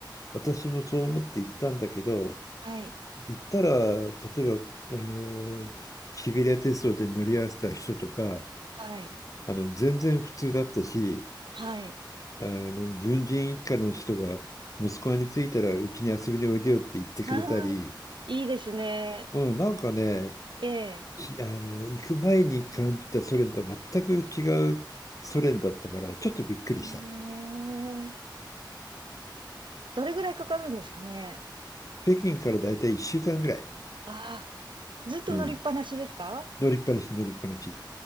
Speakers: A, on the left; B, on the right.
A: 私もそう思って行ったんだけど、
B: はい。
A: 行ったら、例えば、あの、シベリア鉄道で乗り合わせた人とか、
B: はい。
A: あの、全然普通だったし、
B: はい。
A: あの、軍人一家の人が、息子に着いたら、うちに遊びにおいでよって言ってくれたり、
B: ああ、いいですね。
A: うん、なんかね、
B: ええ。
A: ひあの、行く前に感じたソ連とは全く違うソ連だったから、ちょっとびっくりした。
B: ええ。どれぐらいかかるんですかね。
A: 北京からだいたい1週間ぐらい。
B: ああ、ずっと乗りっぱなしですか
A: うん。乗りっぱなし、乗りっぱなし。